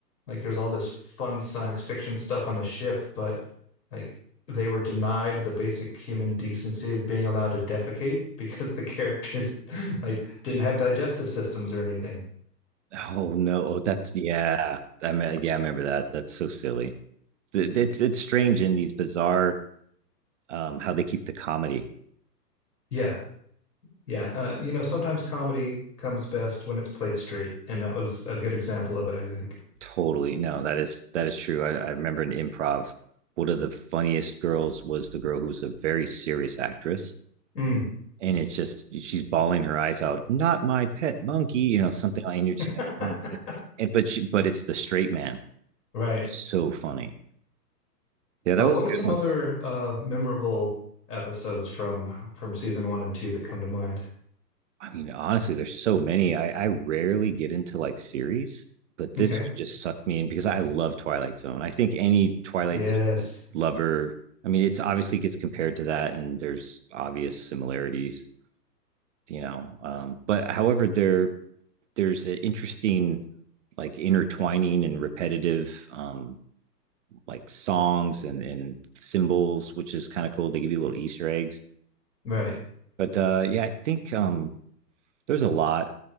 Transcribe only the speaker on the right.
Oh no! Oh, that's yeah. I mean, yeah, I remember that. That's so silly. Th- It's it's strange in these bizarre um how they keep the comedy.
Totally. No, that is that is true. I, I remember in improv, one of the funniest girls was the girl who was a very serious actress
and it's just she's bawling her eyes out not my pet monkey you know something like, and you're just
like oh my god and, but she but it's the straight man
It's so funny yeah that
was
a
good one
i mean honestly there's so many i i rarely get into like series but this
one just sucked me in because i love twilight zone i think any twilight
Zone lover i mean it's obviously gets compared to that and there's obvious similarities you know um but however there there's an interesting like intertwining and repetitive um like songs and and symbols, which is kind of cool. They give you little Easter eggs.
But uh, yeah, I think um, there's a lot.